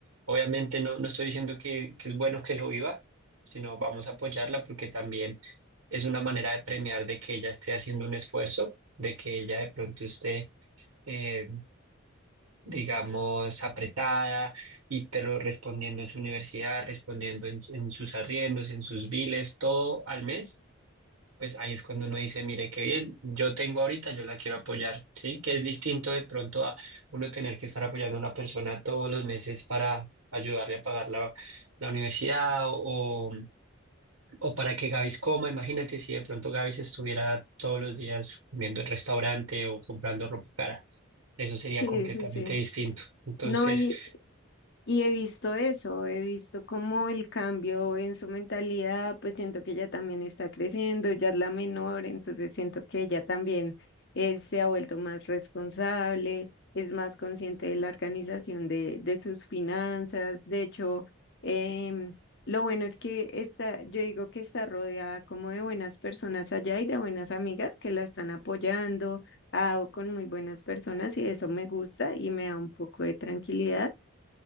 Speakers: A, on the right (about 80°); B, on the left (about 50°).
A: obviamente no, no estoy diciendo que, que es bueno que lo viva, sino vamos a apoyarla porque también es una manera de premiar de que ella esté haciendo un esfuerzo, de que ella de pronto esté, eh, digamos, apretada, y, pero respondiendo en su universidad, respondiendo en, en sus arriendos, en sus biles, todo al mes pues ahí es cuando uno dice, mire, qué bien, yo tengo ahorita, yo la quiero apoyar, ¿sí? Que es distinto de pronto a uno tener que estar apoyando a una persona todos los meses para ayudarle a pagar la, la universidad o, o para que Gavis coma. Imagínate si de pronto Gavis estuviera todos los días comiendo en restaurante o comprando ropa cara. Eso sería
B: Sí,
A: completamente
B: sí, sí.
A: distinto. Entonces,
B: No, y, Y he visto eso, he visto cómo el cambio en su mentalidad, pues siento que ella también está creciendo, ya es la menor, entonces siento que ella también eh, se ha vuelto más responsable, es más consciente de la organización de, de sus finanzas. De hecho, em, lo bueno es que está, yo digo que está rodeada como de buenas personas allá y de buenas amigas que la están apoyando, ha dado con muy buenas personas y eso me gusta y me da un poco de tranquilidad